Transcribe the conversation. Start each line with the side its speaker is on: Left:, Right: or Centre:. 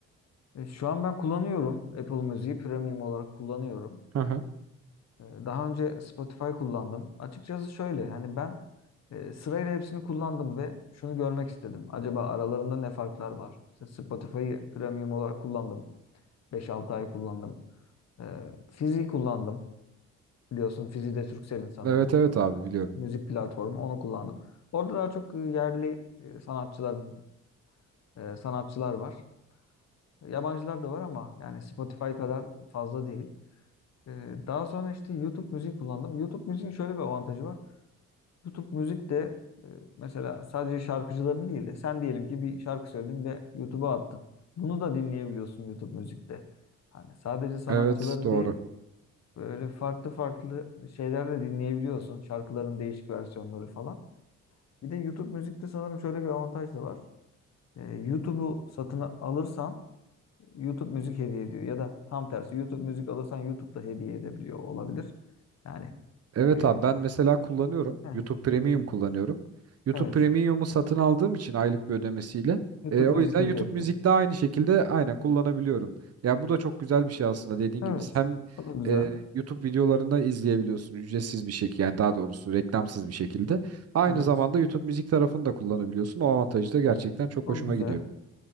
Left: E, şu an ben kullanıyorum Apple Müziği premium olarak kullanıyorum.
Right: Hı hı.
Left: Ee, Daha önce Spotify kullandım. Açıkçası şöyle yani ben e, sırayla hepsini kullandım ve şunu görmek istedim. Acaba aralarında ne farklar var? İşte Spotify'ı premium olarak kullandım. beş altı ay kullandım. Ee, Fizi kullandım. Biliyorsun Fizi de Turkcell'in sanırım.
Right: Evet evet abi biliyorum.
Left: Müzik platformu onu kullandım. Orada daha çok e, yerli e, sanatçıların e, sanatçılar var. Yabancılar da var ama yani Spotify kadar fazla değil. Ee, Daha sonra işte YouTube müziği kullandım. YouTube müziğin şöyle bir avantajı var. YouTube müzik de e, mesela sadece şarkıcıların değil de sen diyelim ki bir şarkı söyledin ve YouTube'a attın. Bunu da dinleyebiliyorsun YouTube müzikte. Hani sadece sanatçıları
Right: Evet doğru.
Left: değil böyle farklı farklı şeyler de dinleyebiliyorsun. Şarkıların değişik versiyonları falan. Bir de YouTube müzikte sanırım şöyle bir avantaj da var. E, YouTube'u satın alırsan YouTube müzik hediye ediyor. Ya da tam tersi YouTube müzik alırsan YouTube'da hediye edebiliyor olabilir. Yani
Right: Evet
Left: e,
Right: abi ben mesela kullanıyorum.
Left: heh,
Right: YouTube Premium kullanıyorum. YouTube
Left: evet
Right: Premium'u satın aldığım için aylık bir ödemesiyle.
Left: YouTube
Right: E, o
Left: müzik
Right: yüzden
Left: hediye
Right: YouTube
Left: etti.
Right: Müzik'te aynı şekilde aynen kullanabiliyorum. Ya bu da çok güzel bir şey aslında dediğin
Left: Evet.
Right: gibi. Hem
Left: O da güzel.
Right: e, YouTube videolarını izleyebiliyorsun ücretsiz bir şekilde yani daha doğrusu reklamsız bir şekilde. Aynı
Left: Evet.
Right: zamanda YouTube Müzik tarafını da kullanabiliyorsun. O avantajı da gerçekten çok
Left: O
Right: hoşuma
Left: güzel.
Right: gidiyor.